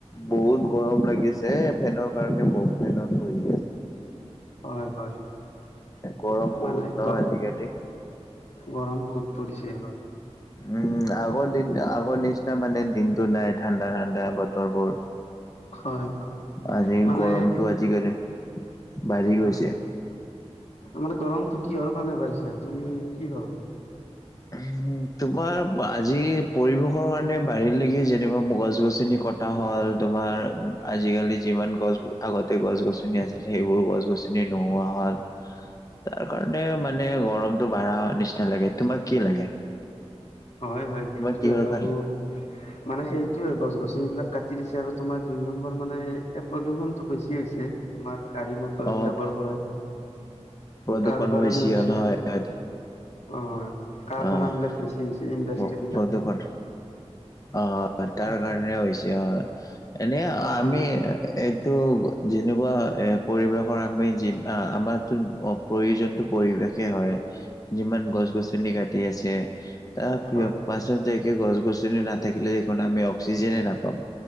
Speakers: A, on the left; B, on the left.
A: বহুত গৰম লাগিছে এ ফেনৰ কাৰণে ব ফেনত আছো। এ
B: হয় হয়
A: গৰম
B: মানে
A: বহুত ন
B: গ
A: আজিকালি।
B: গৰম বহুত পৰিছে হয়।
A: উম আগৰ দিন আগৰ নিচিনা মানে দিনতো নাই ঠাণ্ডা ঠাণ্ডা বতৰবোৰ।
B: হয় হয়
A: আজি
B: মানে
A: গৰমটো আজিকালি বাঢ়ি
B: হয়
A: গৈছে।
B: মানে গৰমটো কিহৰ কাৰণে বাঢ়িছে তুমি কি ভাবা।
A: উহো, তোমাৰ আজি পৰিৱেশৰ কাৰণে বাহিৰলৈকে যেনেকুৱা গছ গছনি। কটা হ'ল তোমাৰ আজিকালি যিমান গছ আগতে গছ গছনি আছিল সেইবোৰ গছ গছনি। চিনে নোহোৱা হল। তাৰ কাৰণে মানে গৰমটো বাঢ়া নিচিনা লাগে। তোমাক কি লাগে?
B: হয় হয় সেইটোয়ে
A: তোমাৰ কিহৰ
B: হয়
A: কাৰণে?
B: আৰু মানে সেইটোয়ে গছ গছনিবিলাক কাটি দিছে। আৰু তোমাৰ দুই নম্বৰ মানে এ প্ৰদূষণ টো বেছি হৈছে। তোমাৰ গাড়ী মটৰ
A: অ',
B: বিলাকৰ পৰা।
A: প্ৰদূষণ
B: তাৰ কাৰণে
A: বেছি
B: হৈছে।
A: হ'ল
B: অ
A: হয়, হয়।
B: কাৰখানা
A: অ',
B: বিলাক বেছি। কি হৈছে ইণ্ডাষ্ট্ৰ্ৰী
A: প্ৰ-
B: বিলাক।
A: প্ৰদূষণ অ
B: হয়
A: তাৰ কাৰণে হৈছে অ। এনে আমি
B: হয়
A: এইটো যেনেকুৱা এ পৰিৱেশৰ আমি জিমা আমাটো প্ৰয়োজনতো পৰিৱেশে হয়। হয়। যিমান গছ গছনি কাটি আছে তাৰ
B: হয়
A: পিয় পাছত যাইকে গছ গছনি। নাথাকিলে দেখোন আমি অক্সিজেনেই নাপাম।